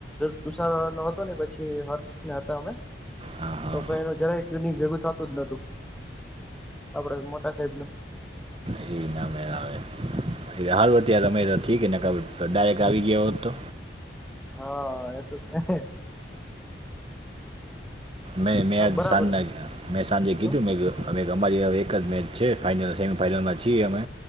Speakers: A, in the centre; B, on the right.
A: તુષાર નો હતો ને પછી હર્ષને હતા અમે
B: હા હા
A: તો પણ એનું જરાય ટ્યુનિંગ ભેગું થતું જ નતું આપડે મોટા સાહેબ નું
B: એ નામે આવે એ હાલ હો અત્યારે રમે તો ઠીક ને ખબર ડાયરેક્ટ આવી ગયો, હોત, તો
A: હા એ તો છે.
B: મેં મેં આ
A: બરાબર
B: સાંજના મેં સાંજે
A: શું
B: કીધું મેં અમે અમારી એક જ મેચ છે ફાાઈનલ સેમીફાઈનલમાં છીએ અમે